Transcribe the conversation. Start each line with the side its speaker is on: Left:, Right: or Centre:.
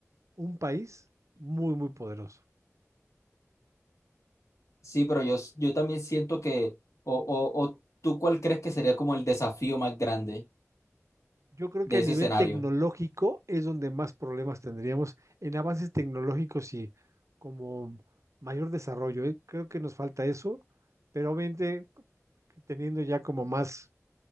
Right: un país muy, muy poderoso.
Left: Sí, pero yo, s- yo también siento que, o, o, o tú cuál crees que sería como el desafío más grande
Right: Yo creo
Left: de
Right: que a
Left: ese
Right: nivel
Left: escenario.
Right: tecnológico es donde más problemas tendríamos en avances tecnológicos y como mayor desarrollo. ¿eh? Creo que nos falta eso, pero obviamente teniendo ya como más